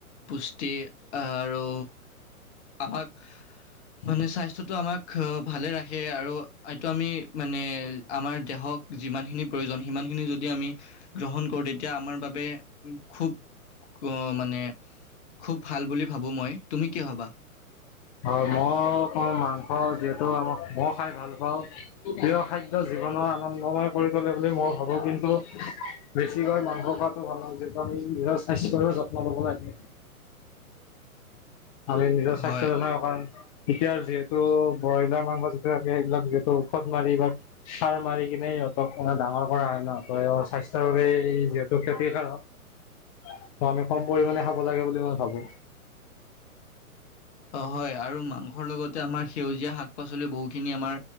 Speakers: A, on the left; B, on the left.
A: পুষ্টি আৰু আমাক মানে স্বাস্থ্যটো আমাক ভালে ৰাখে খে আৰু এইটো আমি মানে আমাৰ দেহক যিমানখিনি প্ৰয়োজন সিমান খিনি যদি আমি আমি গ্ৰহণ কৰো তেতিয়া আমাৰ বাবে খুব অ, মানে খুব ভাল বুলি ভাবো মই। তুমি কি ভাবা?
B: হয় মই কওঁ মাংসৰ যিহেতু আমাক মই খাই ভাল পাওঁ। প্ৰিয় খাদ্য জীৱনৰ আনন্দময় কৰি তোলে বুলি মই ভাবো, কিন্তু বেছিকৈ মাংস খোৱটো ভাল নহয়। যিহেতু আমি নিজৰ স্বাস্থ্যটো যত্ন লব লাগে। আমি নিজৰ স্বাস্থ্যজনিত
A: হয়
B: কাৰন এতিয়া যিহেতু ব্ৰইলাৰ মাংস যিটো থাকে, সেইবিলাক যিহেতু ঔষধ মাৰি বা সাৰ মাৰি কিনে সিহঁতক মানে ডাঙৰ কৰা হয় ন! স্বাস্থ্যৰ বাবে যিহেতু ক্ষতিকাৰক। আমি কম পৰিমাণে খাব লাগে বুলি মই ভাবো।
A: অ' হয় আৰু মাংসৰ লগতে আমাৰ সেউজীয়া শাক- পাচলি বহুখিনি আমাৰ